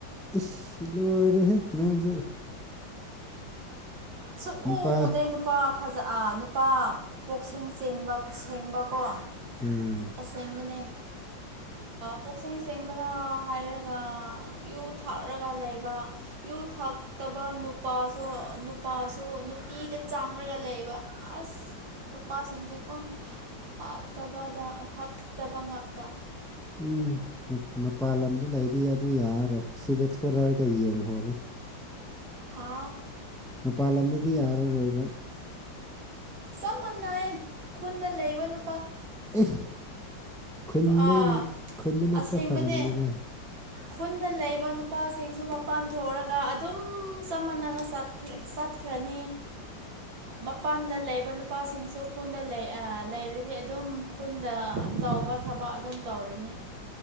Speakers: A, in the centre; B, on the right (about 80°).
A: ꯁꯤꯂꯣꯏꯔꯦꯍꯦ ꯅꯪꯁꯨ
B: ꯁꯣ ꯑꯣ
A: ꯅꯨꯄꯥ
B: ꯑꯣꯗꯅꯨ ꯄ ꯐꯖ ꯅꯨꯄꯥ ꯄꯣꯛ ꯁꯦꯡ ꯆꯦꯟꯕ ꯁꯦꯡꯕꯀꯣ ꯑꯁ
A: ꯑꯥ
B: ꯑꯁꯦꯡꯕꯅꯦ ꯄꯨꯛꯆ ꯁꯦꯡꯕꯔꯥ ꯍꯥꯏꯔꯒ ꯌꯨ ꯊꯥꯛꯔꯒ ꯂꯩꯕ ꯨ ꯊꯥꯛꯇꯕ ꯅꯨꯄꯥꯁꯨ ꯅꯨꯄꯥꯁꯨ ꯅꯨꯄꯤꯗ ꯆꯥꯡꯔꯒ ꯂꯩꯕ ꯑꯁ ꯅꯨꯨꯄꯥꯁꯤꯡꯁꯦꯀꯣ ꯐꯠꯇꯕꯗ ꯐꯠꯇꯕ ꯉꯥꯛꯇ
A: ꯎꯝ ꯃꯄꯥꯜ ꯂꯝꯗ ꯂꯩꯗꯤ ꯑꯗꯨ ꯌꯥꯔꯔꯣꯏ ꯁꯤꯗ ꯊꯣꯔꯛꯑꯒ ꯌꯦꯡꯍꯧꯔꯣ
B: ꯍꯥ
A: ꯃꯄꯥꯟ ꯂꯝꯗꯗꯤ ꯌꯥꯔꯔꯣꯏꯕ
B: ꯆꯞ ꯃꯥꯟꯅꯩ ꯈꯨꯟꯗ ꯂꯩꯕ ꯅꯨ
A: ꯑꯦ ꯈꯨꯟꯗ
B: ꯑꯥ
A: ꯈꯨꯟꯗꯅ
B: ꯑꯁꯦꯡꯕꯅꯦ
A: ꯈꯔ ꯐꯔꯝꯃꯅꯤꯗ
B: ꯈꯨꯟꯗ ꯂꯩꯕ ꯅꯨꯄꯥꯁꯤꯡꯁꯨ ꯃꯄꯥꯟ ꯊꯣꯛꯑꯒ ꯑꯗꯨꯝ ꯆꯞꯃꯥꯟꯅꯒ ꯈ꯭ꯔꯅꯤ ꯃꯄꯟꯗ ꯂꯩ ꯏꯕ ꯅꯨꯄꯥꯁꯤꯡꯁꯨ ꯈꯨꯟꯗ ꯂꯩꯔꯗꯤ ꯑꯗꯨꯝ ꯈꯨꯟꯗ ꯇꯧꯕ ꯊꯕꯛ ꯑꯗꯨꯝ ꯇꯧꯔ ꯍꯅꯤ